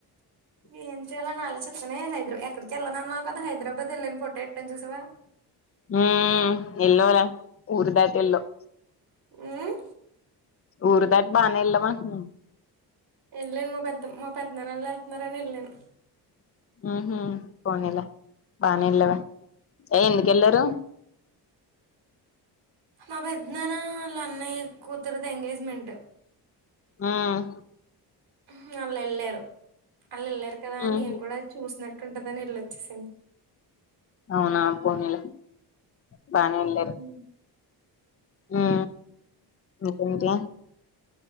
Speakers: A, on the right; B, on the left.
A: ఏం చేయాల అని ఆలోచిత్తనే హైదర ఎక్కడికెల్లనన్నావు కదా హైదరాబాద్ ఎళ్ళాను ఫోటో ఎట్టాను చూసావా?
B: ఉమ్ ఎల్లవ్ రా ఊరు దాటి ఎల్లవ్
A: ఉమ్
B: ఊరుదాటి బానే వెళ్ళావు అంటున్న
A: ఎళ్ళలేను మా పెద్ద మా పెద్ద నాన్న ఎలా ఎళ్తున్నారు అని ఎళ్ళాను.
B: ఉహు పోనీలే బానే ఎల్లావే ఏ ఎందుకెళ్లారు.
A: మా పెద్దనాన్న వాళ్ళ అన్నయ్య కూతురిది ఎంగేజ్మెంట్.
B: ఉమ్
A: ఉహ్ వాళ్ళు ఎళ్ళారు, ఆళ్ళు ఎళ్ళారు కదా అని
B: ఉహు
A: నేను కూడా చూసినట్టుంటదని ఎళ్ళొచ్చేసాను.
B: అవునా పోనీలే పనిలే
A: అ
B: ఆ ఇంకేంటి